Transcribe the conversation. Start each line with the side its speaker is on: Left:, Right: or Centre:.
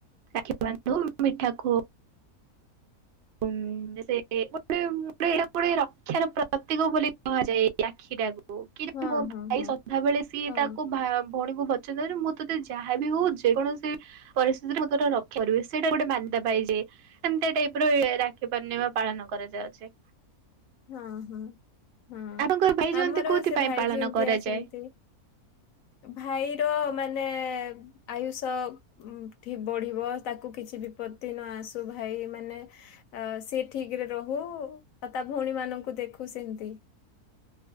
Right: ରାକ୍ଷୀ ବାନ୍ଧିବୁ ମିଠା ଖୁଅ ଉଁ ସେ ଗୋଟେ ଗୋଟେ ଏଟାଗୋଟେ ରକ୍ଷାର ପ୍ରତୀକ ବୋଲି କୁହାଯାଏ ଏଇ ରାକ୍ଷୀଟାକୁ। ଓ କି ଜାଣେ
Left: ହଁ
Right: ମୋ
Left: ହଁ
Right: ଭାଇ
Left: ହଁ
Right: ସଧାବଳେ ସିଏ
Left: ହଁ
Right: ତାକୁ ଭା ଭଉଣୀକୁ ଭ ପର୍ଯ୍ୟନ୍ତ ମୁଁ ତତେ ଯାହାବି ହଉ ଯେକୌଣସି ପରିସ୍ଥିତିରେ ମତେ ଗୋଟେ ରକ୍ଷା କରିପାରିବି ସେଇଟା ଗୋଟେ ମାନ୍ୟତା ପାଇଯାଏ ଏମତିଆ ଟାଇପ ରେ ରାକ୍ଷୀ ପୂର୍ଣ୍ଣିମା ପାଳନ କରାଯାଉଚି।
Left: ଉଁହୁଁ ହୁଁ
Right: ଆପଣଙ୍କର ଭାଇ ଜୟନ୍ତୀ
Left: ଆମର
Right: କୋଉଥିପାଇଁ
Left: ସେ ଭାଇ
Right: ପାଳନ
Left: ଯିନ୍ତିଆ
Right: କରାଯାଏ?
Left: ସେମତି
Right: <inaudible>
Left: ଭାଇର ମାନେ ଆୟୁଷ ଉଁ ଠି ବଢିବ ତାକୁ କିଛି ବିପତ୍ତି ନ ଆସୁ ଭାଇ ମାନେ ଅ ସେ ଠିକରେ ରହୁ। ଆଉ ତା ଭଉଣୀ ମାନଙ୍କୁ ଦେଖୁ ସେମତି।